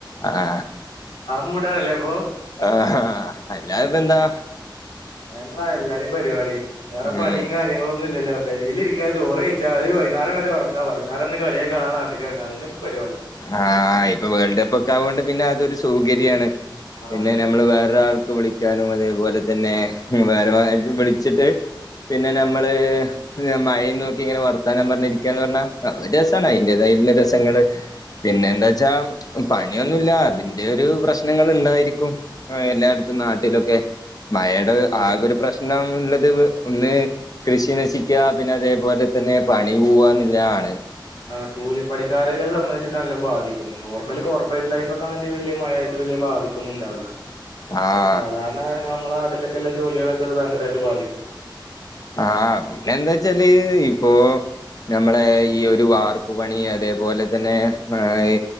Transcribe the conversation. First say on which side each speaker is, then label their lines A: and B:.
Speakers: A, on the left; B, on the left.
A: ആഹ
B: ആ മൂടാണല്ലേ അപ്പൊ
A: ആഹ അല്ലാതെപ്പന്താ
B: എന്നല്ലാ എല്ലാരേും പരിപാടി വേറെ
A: ഉം
B: പണിയും കാര്യങ്ങളന്നും ഇല്ലല്ലോ പെരേല് ചോറ്ഴച്ചാ അ വൈനേരം വരെ ഉറങ്ങ വൈന്നരം ഇന്ന് കളികാണാ നാട്ട ഇറങ്ങ അതന്നെ ഇപ്പോ പരിപാടി
A: ആഹ ഇപ്പൊ വേൾഡ് കപ്പ് ഒക്കെ ആവൊണ്ട് പിന്നെ അതൊരു സൗകര്യമാണ്
B: ആഹ്
A: പിന്നെ
B: അതെ
A: നമ്മള് വേറൊരാൾക്ക് വിളിക്കാനും അതേപോലെ തന്നെ വേറെ വിളിച്ചിട്ട് പിന്നെ
B: ആഹ്
A: നമ്മള് മഴ നോക്കി ഇങ്ങനെ വർത്താനം പറഞ്ഞിരിക്കന്ന് പറഞ്ഞാ അ ഒരു രസമാണ് അതിൻന്റേതായുള്ള രസങ്ങള് പിന്നെ എന്താ വെച്ചാ പണിയൊന്നുല്ല അതിന്റെ ഒരു പ്രശ്നങ്ങൾ ഇണ്ടായിരിക്കും ആ എല്ലായിടത്തും നാട്ടിലൊക്കെ മഴയുടെ
B: അതെ അതെ
A: ആകൊ ഒരു പ്രശ്നം ഉള്ളത് ഒന്ന് കൃഷി നശിക്കുക പിന്നെ അതേപോലെ തന്നെ പണി പോവന്നുള്ളതാണ്
B: ആ കൂലി പണിക്കാരെക്കെ സംബന്ധിച്ച് നല്ല ബാധിക്കും. നോർമൽ കോർപ്പറേറ്റ് ലൈഫ് ഒക്കെ ആണ്‌ണ്ടെ വലിയ മഴയായിട്ട് വല്യയ ബാധി ക്കുന്നുണ്ടാവില്ലാ
A: ആഹ്
B: സാധാരണ നമ്മളെ നാട്ടിലൊക്കെല്ല ജോലികളൊക്കെ അത് ഭയങ്കരമായിട്ട് ബാധിക്കും
A: ആഹ് പിന്നെ എന്താ വെച്ചാല് ഇപ്പോ നമ്മളെ ഈ ഒരു വാർപ്പ് പണി അതേപോലെ തന്നെ ആ ഏ